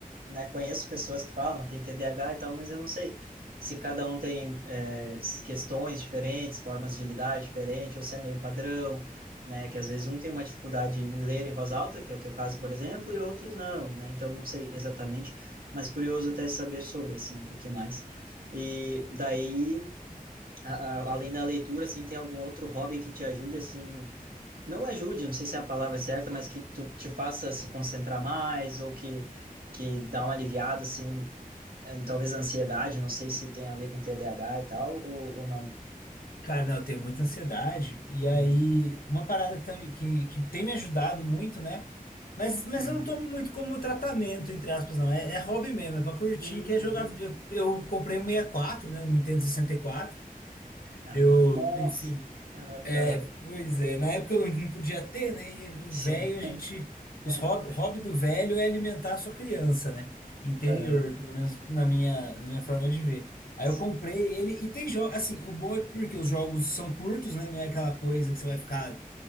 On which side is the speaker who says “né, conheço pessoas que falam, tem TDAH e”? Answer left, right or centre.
Right